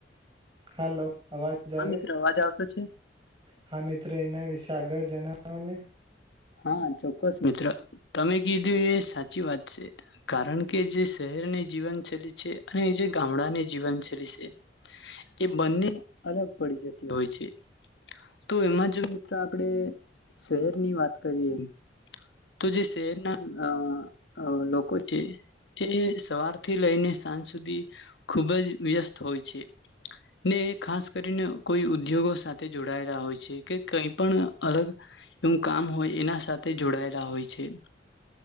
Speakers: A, on the right; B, on the left.
A: હલો અવાજ
B: હા
A: આવે
B: મિત્ર અવાજ આવતો છે
A: હા મિત્ર એના વિશે આગળ જણાવોને
B: હા ચોક્કસ મિત્ર તમે કીધું એ સાચી વાત છે કારણ કે જે શહેરની જીવનશૈલી છે અને જે ગામડાને જીવનશૈલી છે એ બંને અલગ પડી જતી હોય છે તો એમાં જો મિત્ર આપણે શહેરની વાત કરીએ તો જે શહેરના લોકો છે એ સવારથી લઈને સાંજ સુધી ખુબ જ વ્યસ્ત હોય છે ને એ ખાસ કરીને કોઈ ઉદ્યોગો સાથે જોડાયેલા હોય છે કે કઈ પણ અલગ એવું કામ હોય એના સાથે જોડાયેલા જોડાયેલા હોઈ છે